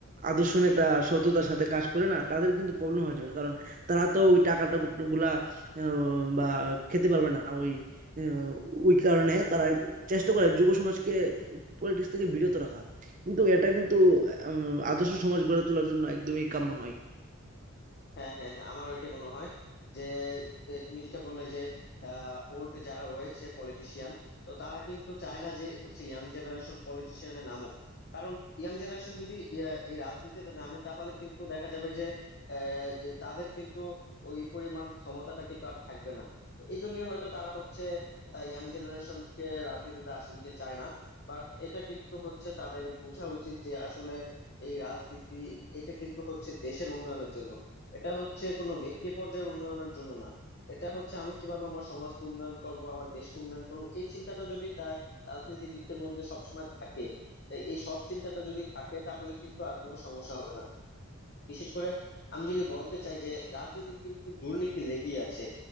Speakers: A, on the right; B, on the left.
A: আদর্শ নেতা সততার সাথে কাজ করে না তাদের কিন্তু প্রবলেম হয়ে যাবে কারণ তারা তো ওই টাকাটা গুলা আহ, বা খেতে পারবে না ওই আহ, ওই কারণে তারা চেষ্টা করে যুব সমাজকে পলিটিক্স থেকে বিরত রাখা কিন্তু এটা কিন্তু উম, আদর্শ সমাজ গড়ে তোলার জন্য একদমই কাম্য নয়
B: হ্যাঁ হ্যাঁ হ্যাঁ আমার ওইটাই মনে হয় যে এ, তুমি যেটা বললে যে ওল্ড যারা রয়েছে পলিটিশিয়ান তো তারা কিন্তু চায় না যে হচ্ছে ইয়াং জেনারেশন পলিটিশিয়ানে নামুক কারণ ইয়াং জেনারেশন যদি আহ, এই রাজনীতিতে নামে তাহলে কিন্তু দেখা যাবে যে আহ, যে তাদের কিন্তু ওই পরিমাণ ক্ষমতাটা কিন্তু আর থাকবে না তো এই জন্যই হয়তো তারা হচ্ছে ইয়াং জেনারেশনকে রাজনীতিতে আসতে দিতে চায় না বাট এটা কিন্তু হচ্ছে তাদের বোঝা উচিত যে আসলে এই রাজনীতি এটা কিন্তু হচ্ছে দেশের উন্নয়নের জন্য এটা হচ্ছে কোনো ব্যক্তি পর্যায়ের উন্নয়নের জন্য না এটা হচ্ছে আমি কিভাবে আমার সমাজকে উন্নয়ন করব আমার দেশকে উন্নয়ন করব এই চিন্তাটা যদি তার রাজনীতিবিদদের মধ্যে সবসময় থাকে এ- এই সৎ চিন্তাটা যদি থাকে তাহলে কিন্তু আর কোনো সমস্যা হবে না বিশেষ করে আমি যদি বলতে চাই যে রাজনীতিতে কিন্তু দুর্নীতি লেগেই আছে